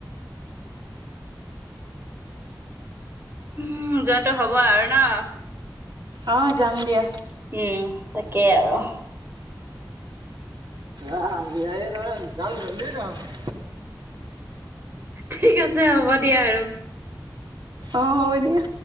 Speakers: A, on the right; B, on the right.
A: উম যোৱাটো হ'ব আৰু ন?
B: অঁ, যাম দিয়া।
A: উম তাকেই আৰু
B: অঁ, বিহাই ই তা মানে জাল ললি তা মানে?
A: ঠিক আছে হ'ব দিয়া আৰু।
B: অঁ, হব দিয়া।